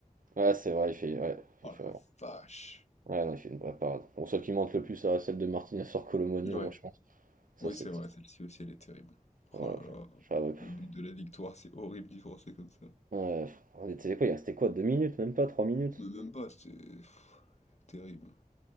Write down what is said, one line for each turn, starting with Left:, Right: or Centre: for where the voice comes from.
Right: ouais c'est vrai, il fait. Ouais,
Left: Oh
Right: il fait
Left: la
Right: vraiment.
Left: vache.
Right: Ouais, non, il fait une vraie parade. Bon, celle qui monte le plus, ça reste celle de Martinez sur Colomani,
Left: Ouais,
Right: moi, je pense. Ça,
Left: oui,
Right: c'était.
Left: c'est vrai, celle-ci aussi, elle est terrible.
Right: Oh,
Left: Oh là là,
Right: je... je serais- ouais, pff.
Left: le but de la victoire, c'est horrible d'y penser comme ça.
Right: Ouais, pff. on était quoi, il restait quoi, deux minutes, même pas, trois minutes.
Left: Mais même pas, c'était pff, terrible.